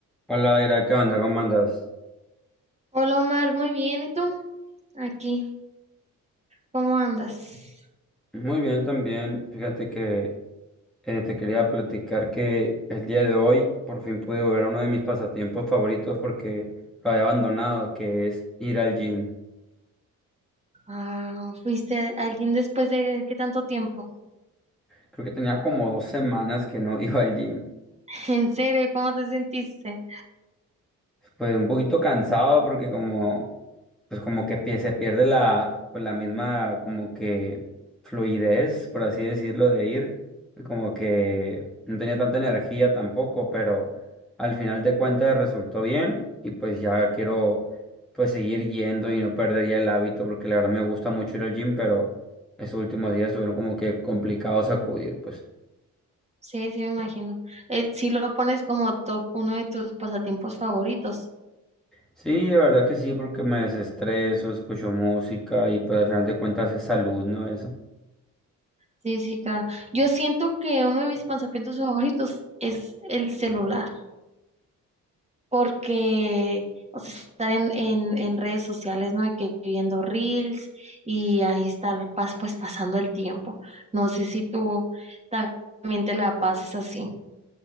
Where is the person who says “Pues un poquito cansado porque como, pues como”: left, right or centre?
Centre